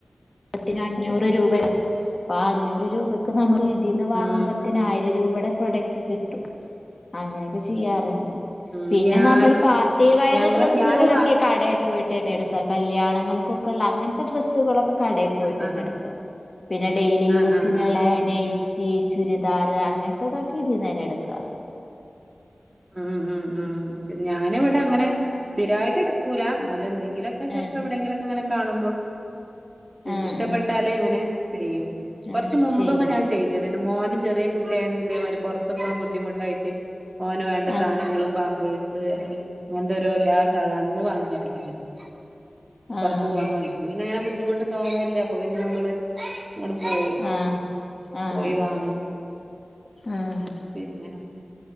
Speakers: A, on the left; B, on the right.
A: പത്തിന് അഞ്ഞൂറ് രൂപ അപ്പൊ ആ അഞ്ഞൂറ് രൂപക്ക് നമുക്ക് ഇതിന്ന് വാങ്ങുമ്പോത്തിന്
B: ഉം ശരി
A: ആയിരം രൂപയുടെ പ്രൊഡക്റ്റ് കിട്ടും അങ്ങനെയൊക്കെ ചെയ്യാറുണ്ട്
B: ഉം
A: പിന്നെ
B: ഞാൻ
A: നമ്മൾ പാർട്ടി വെയർ
B: ഞങ്ങൾ
A: ഡ്രസ്സുകളൊക്കെ
B: ഞാന് വാ
A: കടയിൽ പോയിട്ട് തന്നെ എടുക്കാറ് കല്യാണങ്ങൾക്കൊക്കെയുള്ള അങ്ങനത്തെ ഡ്രെസ്സുകളൊക്കെ കടയിൽ പോയിട്ട്
B: ആഹ്
A: തന്നെ
B: ആഹ്
A: എടുക്കുക. പിന്നെ ഡെയിലി
B: ആഹ്
A: യൂസിനുള്ള
B: ആഹ് ആഹ് ആഹ്
A: നൈറ്റി
B: ശരി
A: ചുരിദാർ റ് അങ്ങനത്തതൊക്കെ ഇതിന്ന എടുക്കാറ്
B: ഉം ഉം ഉം ശരി ഞാനിവിടെ അങ്ങനെ സ്ഥിരായിട്ട് എടുക്കൂല എന്നാലും എന്തെങ്കിലും എന്തേലൊക്കെ ചെലപ്പോ
A: ആഹ്
B: എവിടെങ്കിലൊക്കെ ഇങ്ങനെ കാണുമ്പോ
A: ആഹ്
B: ഇഷ്ടപ്പെട്ടാലേ
A: ആഹ്
B: അങ്ങനെ ചെയ്യും കുറച്ച
A: ആഹ്
B: മുമ്പൊക്കെ
A: ചെയ്യും
B: ഞാൻ ചെയ്തതിനു മോന് ചെറിയ കുട്ടിയായിരുന്നു ഇതേമാതിരി പുറത്തു പോകാൻ ബുദ്ധിമുട്ടായിട്ട് ഓന് വേണ്ട
A: ആഹ്
B: സാധനങ്ങളും പാമ്പേഴ്സ് അങ്ങനത്തെ ഒരു എല്ലാ സാധനം അന്ന് വരില്ലായിരുന്നു
A: ആഹ്
B: പുറത്ത് പോവാൻ പിന്നെ അങ്ങനെ ബുദ്ധിമുട്ട് തോന്നാറില്ലേ അപ്പൊ പിന്നെ നമ്മള് അങ്ങോട്ട പോവും
A: ആഹ് ആഹ്
B: പോയി
A: ആഹ്
B: വാങ്ങും
A: ആഹ്
B: പിന്നെ